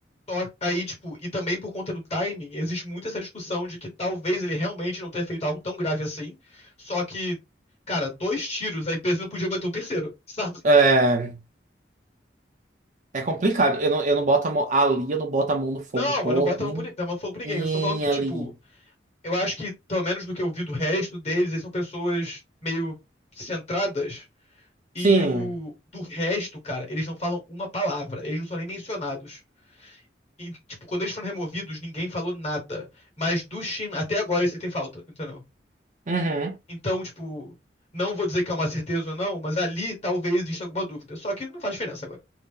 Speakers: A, on the left; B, on the right.
A: Só aí, tipo, e também por conta do timing, existe muito essa discussão de que talvez ele realmente não tenha feito algo tão grave assim. Só que, cara, dois tiros, a empresa não podia meter um terceiro, <laughs> sabe?
B: É, é complicado. Eu não, eu não boto a mão ali, eu não boto a mão no fogo
A: Não,
B: por
A: mas não bota
B: ninguém
A: a mão, por, ni- a mão fogo pra ninguém. Eu estou falando que,
B: ali.
A: tipo, eu acho que, pelo menos do que eu vi do resto deles, eles são pessoas meio centradas E
B: Sim.
A: o do resto, cara, eles não falam uma palavra, eles não são nem mencionados. E, tipo, quando eles foram removidos, ninguém falou nada. Mas do Shin, até agora você tem falta, entendeu?
B: Uhum.
A: Então, tipo, não vou dizer que é uma certeza ou não, mas ali talvez exista alguma dúvida. Só que não faz diferença agora.